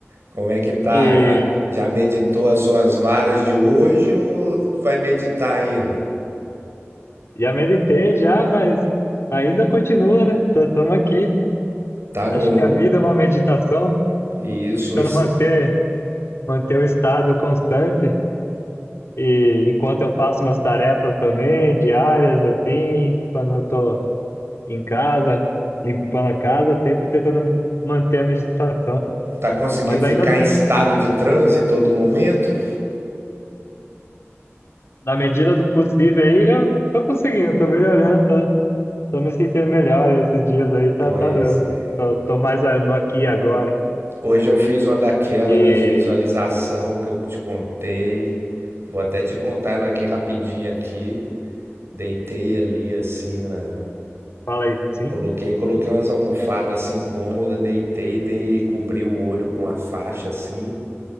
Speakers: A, on the right; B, on the left.
A: Como é que tá?
B: E
A: Já, já meditou as suas varas de hoje ou vai meditar ainda?
B: já meditei já, mas ainda continua, né? Tô- Tamo aqui.
A: Tá no.
B: Acho que a vida é uma meditação,
A: Isso,
B: tentando
A: es-
B: manter, manter o estado constante. E enquanto eu faço umas tarefas também, diárias, assim, quando eu tô em casa, limpando a casa, sempre tentando manter a meditação.
A: tá conseguindo
B: Mas
A: ficar
B: ainda não,
A: em estado de transe todo momento?
B: na medida do possível aí, eu tô conseguindo, tô melhorando, tô, tô me sentindo melhor esses dias aí, tá,
A: Pois
B: tá dando.
A: é.
B: Tô, tô mais a- no aqui e agora.
A: Hoje eu fiz uma daquela
B: E
A: das visualização que eu te contei. Vou até te contar ela aqui rapidinho aqui. Deitei ali assim na
B: fala aí, sim?
A: coloquei, coloquei umas almofadas assim cômoda, deitei, dei cobri o olho com a faixa assim,